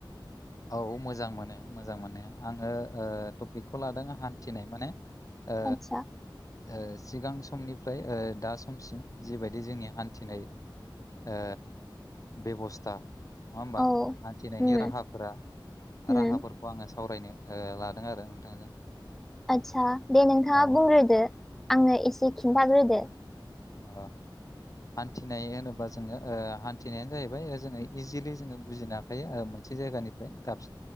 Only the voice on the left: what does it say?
औ मोजां मोनो मोजां मोननाया आङो ओ टपिकखौ लादों हान्थिनाय माने ओ
ओ सिगां समनिफ्राय ओ दा समसिम जिबायदि जोंनि हान्थिनाय ओ बेब'स्था नङा होमबा
हान्थिनायनि
राहाफोरा
राहाफोर खौ आङो सावरायनो ओ लादों आरो नोंथांजों।
औ
ओ हान्थिनाय होनोब्ला जोङो ओ हान्थिनायानो जाहैबाय जोङो इजिलि जोङो बुजिना थाखायो ओ मोनसे जायगानिफ्राय दाब